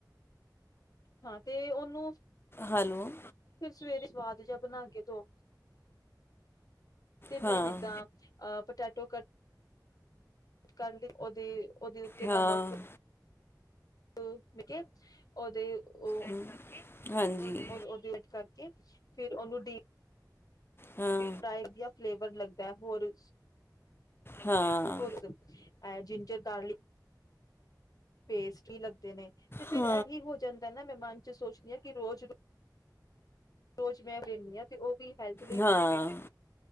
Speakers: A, on the left; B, on the left.
A: ਹਾਂ, ਤੇ ਉਹਨੂੰ
B: ਹੈਲੋ
A: ਫਿਰ ਸਵੇਰੇ ਸਵਾਦ ਜਿਹਾ ਬਣਾ ਕੇ ਦੋ ਤੇ
B: ਹਾਂ
A: ਮੈਂ ਜਿੱਦਾਂ ਅ ਪਟੈਟੋ ਕ ਕਰਨ ਲਈ ਉਹਦੇ ਉਹਦੇ ਉੱਤੇ
B: ਹਾਂ
A: ਨਮਕ ਮ ਉਹਦੇ ਉਹ
B: ਹੂੰ, ਹਾਂਜੀ
A: ਉਹ ਗਰੇਟ ਕਰਕੇ ਫਿਰ ਉਹਨੂੰ ਡ
B: ਹਾਂ
A: ਫ੍ਰ ਦੀਆਂ ਫਲੇਵਰ ਲੱਗ ਤੇ ਹੋਰ
B: ਹਾਂ
A: ਹੋਰ ਜਿੰਜਰ ਗਾਰਲਿਕ ਪੇਸਟ ਲੱਗਦੇ ਨੇ, ਤੇ ਫ਼ਿਰ
B: ਹਾਂ
A: ਇਹੀ ਹੋ ਜਾਂਦਾ ਨਾ ਮੈਂ ਨਾਲ ਸੋਚਦੀ ਹਾਂ, ਕਿ ਰੋਜ਼ ਰੋਜ਼ ਮੈਂ ਰਹਿੰਦੀ ਹਾਂ ਤੇ ਉਹ ਵੀ ਹੈਲਥ ਲਈ
B: ਹਾਂ